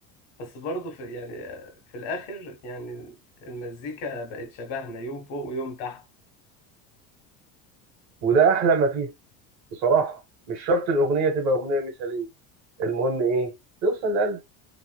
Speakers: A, on the left; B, on the right.
A: بس برضه في يعني في الاخر يعني المزيكا بقت شبهنا يوم فوق ويوم تحت
B: وده أحلى ما فيه بصراحة مش شرط الأغنية تبقى أغنية مثالية المهم إيه توصل لقلب